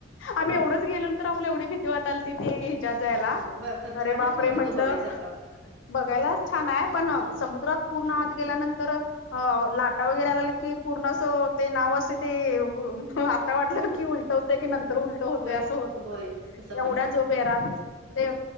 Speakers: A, on the left; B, on the right.
A: आम्ही एवढंच गेलो तर आम्हाला एवढी भीती वाटाल तिथती हिजात जायला
B: होय ब खर
A: अरे
B: छान आहे
A: बापरे
B: पॉईंट
A: म्हटलं.
B: तो बघायसारखा
A: बघायलाच छान हाय. पण समुद्रात पूर्ण हात गेल्यानंतर अ लाटा वगैरे आला की पूर्ण असं -- ते नाव असते ते आता वाटलं की उलट होतयं की नंतर उल होतय
B: होय
A: असं होत.
B: होय तसं
A: एवढ्या
B: पण हाय
A: जोभेरात- - ते